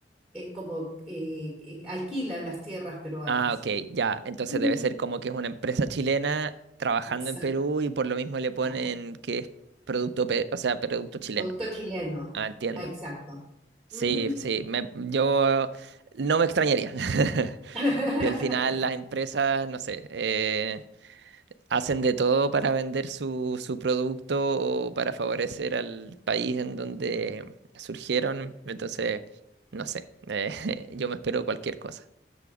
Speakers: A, in the centre; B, on the right.
A: eh, como eh, que alquilan las tierras peruanas.
B: Ah, ok, ya. Entonces
A: Ujú.
B: debe ser como que es una empresa chilena trabajando
A: Exacto.
B: en Perú y por lo mismo le ponen
A: ajá.
B: que es producto, pe- o sea, producto chileno.
A: Producto chileno.
B: Ah, entiendo.
A: Ah, Exacto.
B: Sí,
A: Ujú.
B: sí, me- yo no me extrañaría. <laughs>
A: <laughs>
B: Y al final las empresas, no sé, eh, hacen de todo para vender su, su producto o para favorecer al país en donde surgieron. Entonces, no sé, eh, <laughs> yo me espero cualquier cosa.